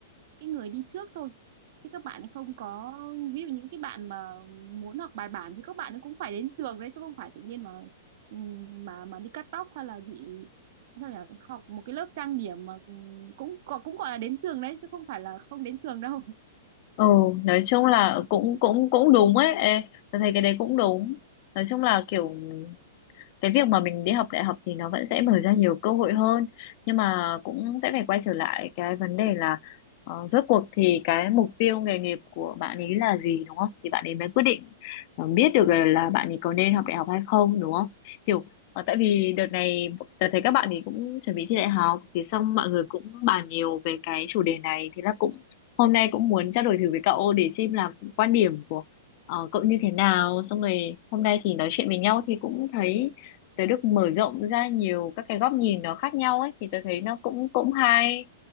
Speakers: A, on the right (about 45°); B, on the left (about 35°).
A: cái người đi trước thôi chứ các bạn ấy không có ví dụ những cái bạn mà muốn học bài bản thì các bạn ấy cũng phải đến trường đấy chứ không phải tự nhiên mà ừm, mà mà đi cắt tóc hay là bị sao nhỉ học một cái lớp trang điểm mà ừm, cũng có cũng gọi là đến trường đấy chứ không phải là không đến trường đâu
B: ừ nói chung là cũng cũng cũng đúng ấy Ê, tôi thấy cái đấy cũng đúng nói chung là kiểu cái việc mà mình đi học đại học thì nó vẫn sẽ mở ra nhiều cơ hội hơn nhưng mà cũng sẽ phải quay trở lại cái vấn đề là ờ, rốt cuộc thì cái mục tiêu nghề nghiệp của bạn ấy là gì đúng không thì bạn ấy mới quyết định ờ, biết được là là bạn ấy có nên học đại học hay không đúng không kiểu ờ, tại vì đợt này tớ thấy các bạn ấy cũng chuẩn bị thi đại học thì xong mọi người cũng bàn nhiều về cái chủ đề này thế là cũng hôm nay cũng muốn trao đổi thử với cậu để xem là quan điểm của ờ, cậu như thế nào xong rồi hôm nay thì nói chuyện với nhau thì cũng thấy tới được mở rộng ra nhiều các cái góc nhìn nó khác nhau ấy thì tôi thấy nó cũng cũng hay